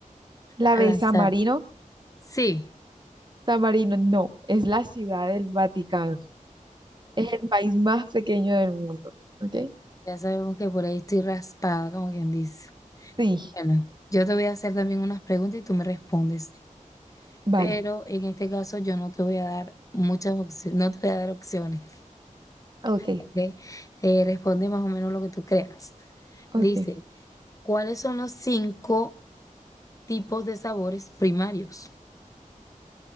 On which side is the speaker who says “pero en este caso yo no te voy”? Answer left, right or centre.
Left